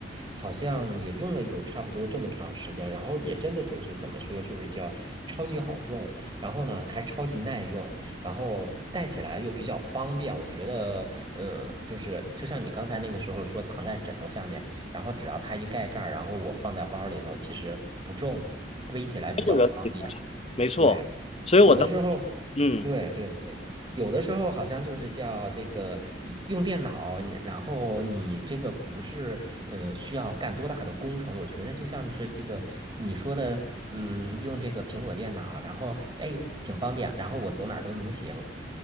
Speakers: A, on the right; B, on the left.
A: 好像也用了有差不多这么长时间，然后也真的就是怎么说，就是叫超级好用，然后呢还超级耐用，然后带起来又比较方便。我觉得，嗯，就是就像你刚才那个时候说藏在枕头下面，然后只要它一盖盖儿，然后我放在包里头，其实不重，背起来比较方便。
B: 没有人可以发现没错。
A: 对，
B: 所以我当，
A: 有的时候，
B: 嗯，
A: 对对对，有的时候好像就是叫这个用用电脑，然后你这个不是呃需要干多大的工程，我觉得就像是这个你说的，嗯，用这个苹果电脑，然后哎挺方便，然后我走哪儿都能行。